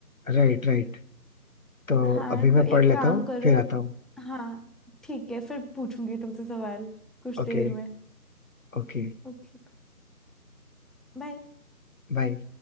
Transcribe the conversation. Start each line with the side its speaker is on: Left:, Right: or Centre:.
Left: Right right तो
Centre: हाँ
Left: अभी मैं
Centre: तो
Left: पढ़
Centre: एक
Left: लेता
Centre: काम
Left: हूँ
Centre: करो
Left: फिर आता हूँ
Centre: हाँ ठीक है फिर पूछूंगी तुमसे सवाल कुछ
Left: Okay
Centre: देर में
Left: okay
Centre: ओके बाय
Left: बाय